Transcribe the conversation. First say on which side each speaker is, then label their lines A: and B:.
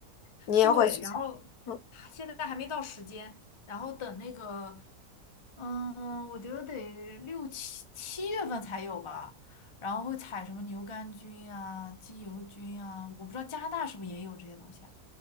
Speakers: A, on the left; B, on the left.
A: 你也会去采？
B: 对，然后
A: 嗯。
B: 现在还没到时间，然后等那个，嗯，我觉得得六七七月份才有吧。然后会采什么牛肝菌啊、鸡油菌啊，我不知道加拿大是不是也有这些东西啊。